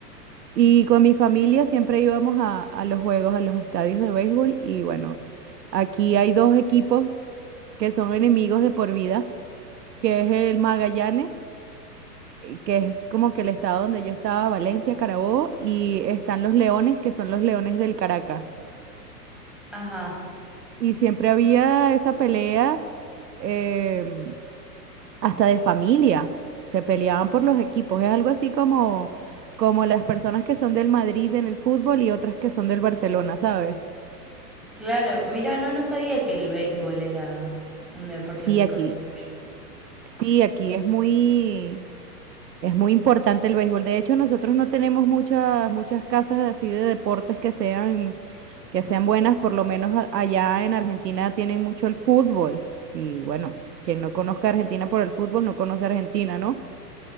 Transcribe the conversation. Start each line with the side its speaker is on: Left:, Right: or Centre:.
Right: Y con mi familia siempre íbamos a, a los juegos, a los estadios de béisbol. Y bueno, aquí hay dos equipos que son enemigos de por vida, que es el Magallanes eh, que es como que el estado donde yo estaba, Valencia, Carabobo, y están los leones, que son los leones del Caracas.
Centre: Ajá.
Right: Y siempre había esa pelea, em, hasta de familia, se peleaban por los equipos, es algo así como, como las personas que son del Madrid en el fútbol y otras que son del Barcelona, ¿sabes?
Centre: Claro, mira, no, no sabía que el béisbol era un deporte
Right: Sí,
Centre: muy
Right: aquí,
Centre: conocido allá.
Right: sí, aquí es muy... Es muy importante el béisbol. De hecho, nosotros no tenemos muchas, muchas casas así de deportes que sean, que sean buenas. Por lo menos a- allá en Argentina tienen mucho el fútbol. Y bueno, quien no conozca a Argentina por el fútbol, no conoce a Argentina, ¿no?